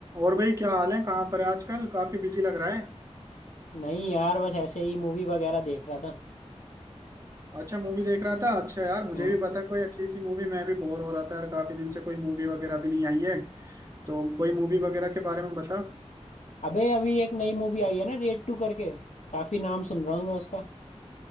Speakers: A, on the right (about 30°); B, on the left (about 85°).
A: और भाई क्या हाल है कहाँ पर है आजकल काफी बिजी लग रहा है
B: नहीं यार बस ऐसे ही मूवी वगैरह देख रहा था
A: अच्छा मूवी देख रहा था अच्छा यार मुझे
B: वो
A: भी बता कोई अच्छी सी मूवी मैं भी बोर हो रहा था यार काफी दिन से कोई मूवी वगैरह भी नहीं आई है तो कोई मूवी वगैरह के बारे में बता
B: अबे अभी एक नई मूवी आई है ना रेड टू करके काफी नाम सुन रहा हूँ मैं उसका